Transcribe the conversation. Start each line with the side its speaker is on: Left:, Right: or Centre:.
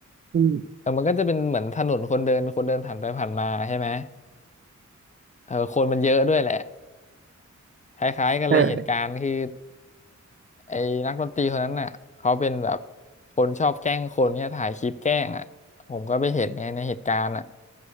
Right: อืม
Left: แต่มันก็จะเป็นเหมือนถนนคนเดินคนเดินผ่านไปผ่านมาใช่ไหม เออคนมันเยอะด้วยแหละคล้ายๆกันเลยเหตุการณ์คือ
Right: เออ
Left: ไอ้นักดนตรีคนนั้นน่ะเขาเป็นแบบคนชอบแกล้งคนเนี่ยถ่ายคลิปแกล้งอ่ะผมก็ไปเห็นไงในเหตุการณ์อ่ะ